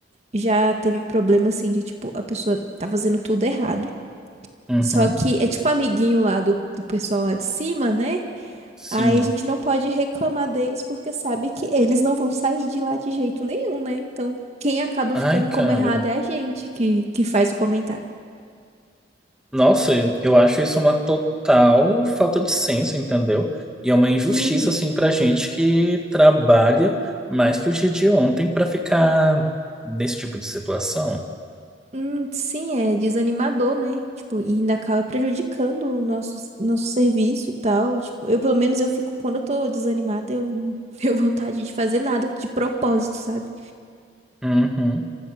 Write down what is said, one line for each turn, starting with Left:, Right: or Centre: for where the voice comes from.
Right: já teve problema assim de tipo, a pessoa tá fazendo tudo errado.
Centre: Uhum.
Right: Só que é tipo amiguinho lá do, do pessoal lá de cima, né?
Centre: Sim.
Right: Aí a gente não pode reclamar deles porque sabe que eles não vão sair de lá de jeito nenhum, né? Então, quem acaba ficando
Centre: Ai,
Right: como
Centre: cara.
Right: errado é a gente que, que faz o comentário.
Centre: Nossa, eu acho isso uma total falta de senso, entendeu? E é uma injustiça,
Right: Uhum.
Centre: assim, pra gente que trabalha mais que o dia de ontem pra ficar nesse tipo de situação.
Right: Hum, sim, é desanimador, né? Tipo, e ainda acaba prejudicando o nosso, nosso serviço e tal. Tipo, eu, pelo menos, eu fico, quando eu tô desanimada, eu não <laughs> tenho vontade de fazer nada de propósito, sabe?
Centre: Uhum.